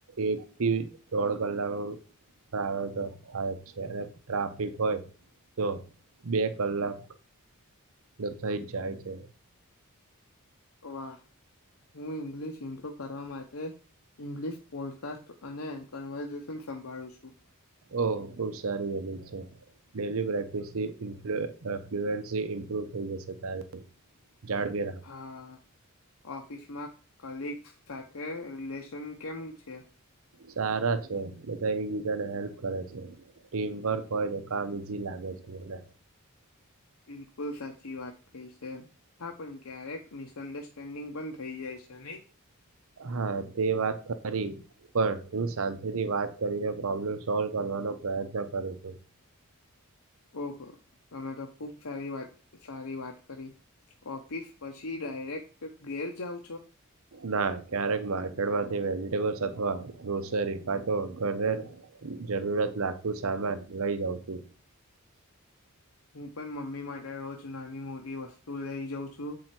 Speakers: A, on the right (about 65°); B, on the left (about 70°).
A: એક થી દોઢ કલાક ટ્રાવેલ તો થાય જ છે અને ટ્રાફિક હોય તો બે કલાક નતાઈ જ જાય છે.
B: વાહ હું ઇંગ્લિશ ઇમ્પ્રુવ કરવા માટે ઈંગ્લિશ પોડકાસ્ટ અને કન્વર્ઝેશન સંભાળું છું.
A: ઓ ખુબ સારી આવે છે. ડેલી પ્રેક્ટિસથી ફ્લુએન્સી ઇમ્પ્રુવ થઈ જશે ત જાડવેરા
B: હા ઓફિસમાં કલગ્સ સાથે રિલેશન કેમ છે?
A: સારા છે બધા એક બીજા ને હેલ્પ ટીમ વર્ હોય તો કામ ઈઝી લાગે છે મને
B: બિલકુલ. ખુલ સાચી વાત કઈ છે હા પણ ક્યારેક મિસઅન્ડરસ્ટેન્ડિંગ પણ થઇ જાય છે. ત નહી.
A: હા તે વાત ખરી પણ હું શાંતુથી વાત કરીને પ્રોબ્લેમ સોલ્વ કર કરવા પ્રયત્ન કરો તો
B: ઓહ તમે તો ખુબ સારી વાત સારી વાત કરી ઓફિસ પછી ડાયરેક્ટ ઘેર જાવ
A: ના ક્યારેક માર્કેટ માંથી ટે અથવા ગ્રોસરી કા તો ઘરે જરૂરત લાગતું સામાન લઈ જવ ઓકે.
B: હું પણ મમ્મી માટે રોજ નાની મોટી વસ્તુ લઈ જઉં છું.